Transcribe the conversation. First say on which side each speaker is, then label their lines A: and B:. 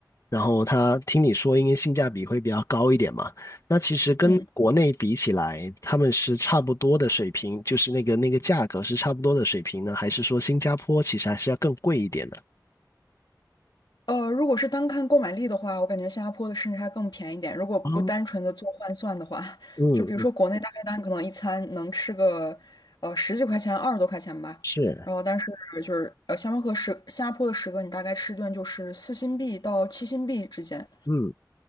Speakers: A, on the left; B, on the left.
A: 然后他听你说应该性价比会比较高一点嘛？那其实跟国内比起来，
B: 嗯。
A: 他们是差不多的水平，就是那个那个价格是差不多的水平呢，还是说新加坡其实还是要更贵一点的？
B: 呃，如果是单看购买力的话，我感觉新加坡的甚至还更便宜点。如果不单纯的做换算的话，
A: 哦嗯嗯
B: 就比如说国内大概单可能一餐能吃个呃十几块钱、二十多块钱吧。
A: 是，
B: 然后但是就是呃，新加坡和十新加坡的十个，你大概吃一顿就是四新币到七新币之间。
A: 嗯